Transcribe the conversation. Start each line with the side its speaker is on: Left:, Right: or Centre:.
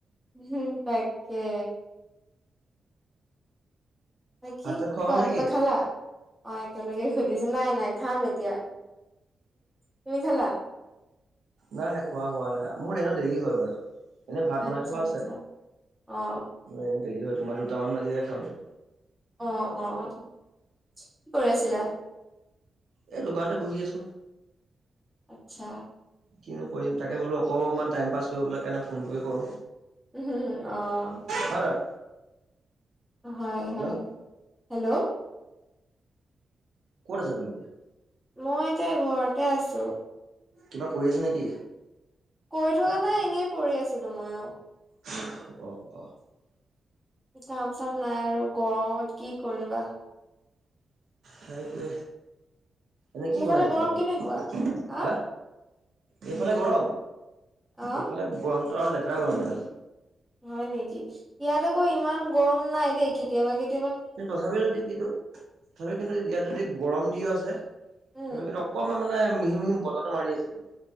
Centre: উম তাকে। ন কি
Right: ভাত চাত খোৱা
Centre: কোৱা
Right: হ'ল নেকি
Centre: কিবা খালা অ, একেলগে সুধিছো। নাই নাই খাম এতিয়া তুমি খালা।
Right: নাই নাই খোৱা হোৱা নাই। মোৰ এনে দেৰি হয় বাৰু। এনেই ভাত
Centre: আচ্ছা
Right: বনাই থোৱা
Centre: আচ্ছা
Right: আছে
Centre: অ
Right: এনে দেৰি হয় তোমাৰ দুটামান বাজিজাই খাওঁতে।
Centre: অ অ কি কৰি আছিলা।
Right: এই দোকানতে বহি আছো।
Centre: আচ্ছা
Right: কিনো কৰিম তাকে বোলো অকণমান টাইম পাছ কৰিবলৈ কাৰণে ফোনটোৱে কৰো
Centre: উ হম আহ
Right: হয় নহয়
Centre: হয়
Right: হেল্ল'
Centre: হয় হেল্ল'
Right: ক'ত আছা তুমি এতিয়া
Centre: মই এতিয়া ঘৰতে আছোঁ
Right: কিবা কৰি আছে নেকি
Centre: কৰিৈ থকা নাই এনেই পৰি আছিলো ময়ো
Right: আহ আহ
Centre: কাম চাম নাই আৰু গৰমত কি কৰিবা
Right: সেইটোৱে এনেই কি
Centre: সেইফালে
Right: বনাইছে
Centre: গৰম
Right: তোমালোকে
Centre: কেনেকুৱা আহ
Right: হ এইফালে গৰম
Centre: আহ
Right: এইফালে গৰমটো আৰু লেতেৰা গৰম এডাল
Centre: হয় নেকি ইয়াত আকৌ ইমান গৰম নাই দেই কেতিয়াবা কেতি
Right: কিন্তু তথাপিও যদি কিু তথাপি কিন্তু ইয়াত যদি গৰম দি আছে
Centre: উম
Right: কিন্তু অকণমান মানে মিহি মিহি বতাহটো মাৰি আছে কিন্তু